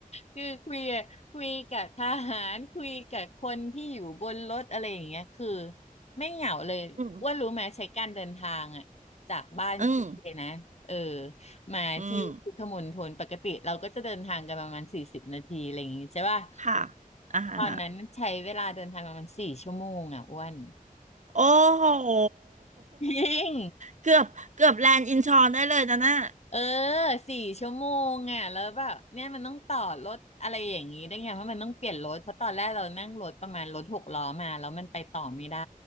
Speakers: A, on the left; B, on the right.
A: คือคุยคุยกับทหารคุยกับคนที่อยู่บนรถอะไรอย่างเงี้ยคือไม่เหงาเลยอ้ว่ารู้ไหมใช้การเดินทางอ่ะจากบ้านเจ้นะเออ
B: อืมอืม
A: มาที่พุทธมณฑลปกติเราก็จะเดินทางกันประมาณสี่สิบนาทีอะไรอย่างงี้ใช่ป่ะ
B: อืมค่ะอาหา
A: ตอนนั้นใช้เวลาเดินทางประมาณสี่ชั่วโมงอ่ะอ้วน
B: โอ้โห
A: <laughs> จริง
B: เกือบเกือบแลนด์อินชอนได้เลยนะน่ะ
A: เออสี่ชั่วโมงอ่ะแล้วแบบเนี่ยมันต้องต่อรถอะไรอย่างนี้ได้ไงเพราะมันต้องเปลี่ยนรถเพราะตอนแรกเรานั่งรถประมาณรถหกล้อมาแล้วมันไปต่อไม่ได้